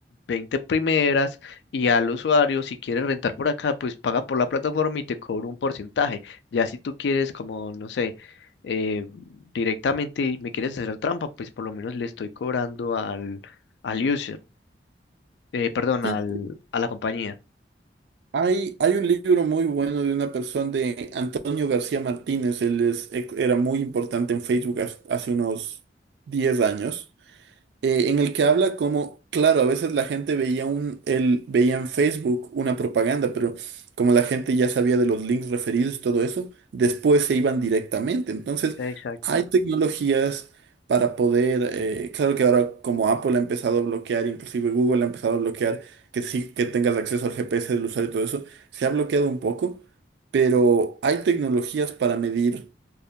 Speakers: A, on the left; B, on the right.
A: 20 primeras y al usuario, si quieres rentar por acá, pues paga por la plataforma y te cobro un porcentaje. Ya si tú quieres como, no sé, eh, directamente y me quieres hacer trampa, pues por lo menos le estoy cobrando al, al user, eh, perdón,
B: Sí,
A: al, a la compañía.
B: hay, hay un libro muy bueno de una persona de Antonio García Martínez. Él es, e, era muy importante en Facebook hace hace unos 10 años. eh, en el que habla como, claro, a veces la gente veía un, el, veía en Facebook una propaganda, pero como la gente ya sabía de los links referidos y todo eso, después se iban directamente. Entonces,
A: Exacto.
B: hay tecnologías para poder, eh, claro que ahora como Apple ha empezado a bloquear, inclusive Google ha empezado a bloquear que sí que tengas acceso al GPS del usuario y todo eso, se ha bloqueado un poco, pero hay tecnologías para medir